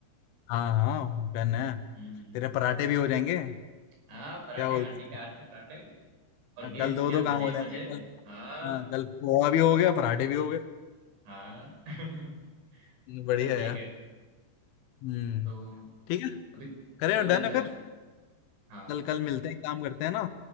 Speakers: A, on the left; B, on the right.
A: हाँ हाँ डन है
B: हम्म
A: तेरे पराठे भी हो जाएंगे
B: हाँ पराठे
A: क्या बोलते
B: आंटी के
A: हैं
B: हाथ के पराठे और
A: हाँ,
B: गेम्स
A: कल दो
B: क्या
A: दो
B: मजे
A: काम हो
B: ही मजे
A: जाएंगे कल
B: हाँ
A: हाँ कल पोहा भी हो गया पराठे भी हो गए
B: हाँ <laughs>
A: हम्म, बढ़िया
B: चल ठीक
A: यार
B: है
A: हम्म
B: तो
A: ठीक है
B: अभी
A: करें
B: कल मिलते
A: डन है फिर
B: हैं हाँ
A: कल कल मिलते हैं काम करते हैं ना